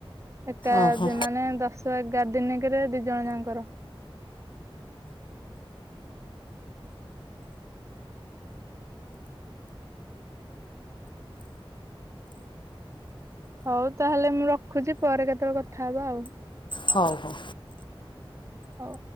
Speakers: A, on the right; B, on the left.
A: ଏକା
B: ଓହୋ
A: ମାନେ ଦଶ ଏଗାର ଦିନକରେ ଦି ଜଣ ଯାଙ୍କର। ହଉ ତାହେଲେ ମୁଁ ରଖୁଛି ପରେ କେତେବେଳେ କଥା ହବା ଆଉ।
B: ହଉ ହଉ।
A: ହଉ।